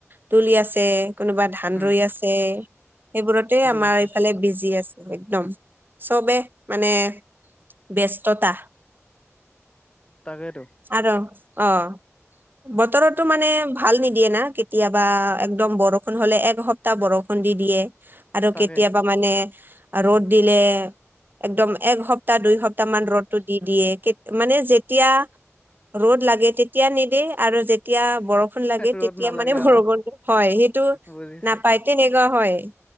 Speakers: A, on the right; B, on the left.
A: তুলি আছে কোনোবা ধান
B: উম
A: ৰুই আছে সেইবোৰতে
B: বুজিছো
A: আমাৰ এইফালে বিজি আছে একদম চবেই মানে ব্যস্ততা
B: তাকেইতো
A: আৰু অহ বতৰতো মানে ভাল নিদিয়ে না কেতিয়াবা একদম বৰষুণ হলে একসপ্তাহ বৰষুণ দি দিয়ে আৰু
B: তাকে
A: কেতিয়াবা মানে ৰ'দ দিলে একদম এক সপ্তাহ, দুই সপ্তাহমান ৰ'দটো দি দিয়ে। কে- মানে যেতিয়া ৰ'দ লাগে, তেতিয়া নেদে আৰু যেতিয়া বৰষুণ লাগে,
B: ৰ'দ
A: তেতিয়া
B: নালাগে
A: মানে বৰষুণটো
B: অ
A: হয়। সেইটো
B: বুজিছে
A: নাপায়, তেনেকুৱা হয়।